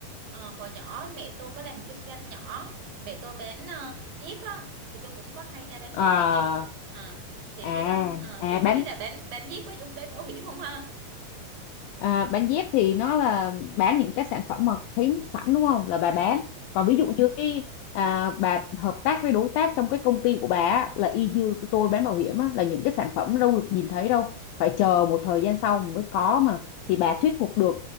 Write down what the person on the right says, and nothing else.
Ờ, hồi nhỏ mẹ tôi có làm kinh doanh nhỏ, mẹ tôi bán ờ, dép á, thì tôi cũng có hay ra bán
phụ mẹ. Ờ, thì
cái đó ờ,
thì không
biết là bán bán dép có dùng bán bảo hiểm không ha.
Ừ.